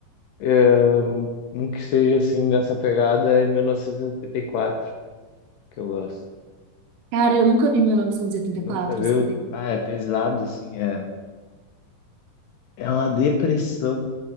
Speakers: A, on the left (about 75°); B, on the right (about 75°).
A: é, um que seja assim, nessa pegada é 1984 que eu gosto.
B: Cara, eu nunca vi 1984,
A: Nunca viu?
B: você acredita?
A: Ah, é pesado, assim. É, é uma depressão.